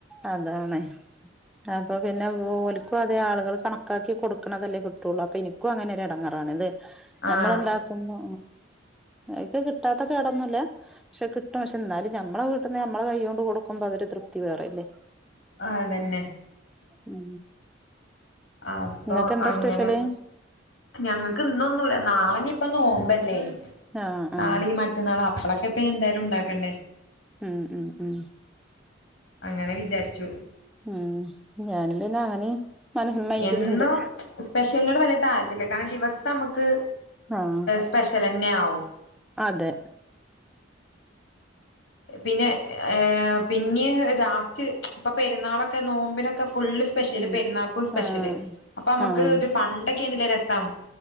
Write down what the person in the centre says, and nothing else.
അതാണ് അപ്പൊ പിന്നെ ഓലിക്കും അതെ ആളുകൾ കണക്കാക്കി കൊടുക്കണതല്ലേ കിട്ടുള്ളൂ അപ്പൊ എനിക്കും അങ്ങനെൊ ഇടങ്ങാറാാണ് ഇത്
നമ്മള ഉണ്ടാക്കുമ്പോ എക്ക് കിട്ടാത്ത കേടൊന്നുംല്ല പക്ഷെ കിട്ടും പക്ഷെ എന്നാലും ഞമ്മളെ നമ്മെ കൈ കൊടുക്ക്പോ അത് തൃപ്തി വേറെല്ലേ
ഉം
ഇങ്ങക്ക് എന്താ
സ്പെഷ്യല്
ആഹ് ആഹ്
ഉം ഉം ഉം
ഉം ഞാന പിന്നെ അങ്ങനെ മനസ് മൈൻഡിലുണ്ട്
ആഹ്
അതെ
ഉം
ആഹ്
ആഹ്